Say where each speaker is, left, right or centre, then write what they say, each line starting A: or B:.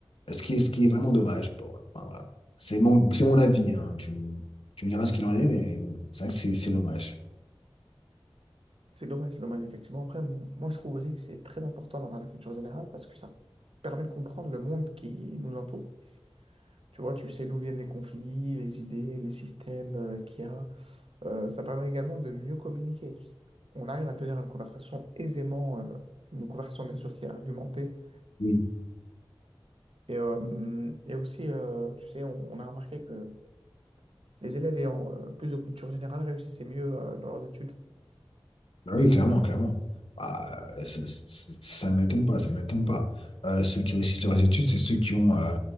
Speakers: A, on the left; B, on the right.
A: Euh, Ce qui est, ce qui est vraiment dommage. pour- enfin, voilà. C'est mon, c'est mon avis, hein. Tu, tu me diras ce qu'il en est, mais bon, c'est vrai que c'est c'est dommage.
B: C'est dommage, c'est dommage, effectivement. Après, m- moi, je trouve aussi que c'est très important d'avoir la culture générale parce que ça permet de comprendre le monde qui nous entoure. Tu vois, tu sais d'où viennent les conflits, les idées, les systèmes euh, qu'il y a. Euh, ça permet également de mieux communiquer. On arrive à tenir une conversation aisément, euh, une conversation bien sûr qui est argumentée.
A: Oui.
B: Et, euh, et aussi, euh, tu sais, on, on a remarqué que Les élèves ayant euh, plus de culture générale réussissaient mieux euh, dans leurs études.
A: Bah Oui, clairement, clairement. Bah, euh, ça ça- ça ne m'étonne pas, ça ne m'étonne pas. Euh, ceux qui réussissent leurs études, c'est ceux qui ont, euh,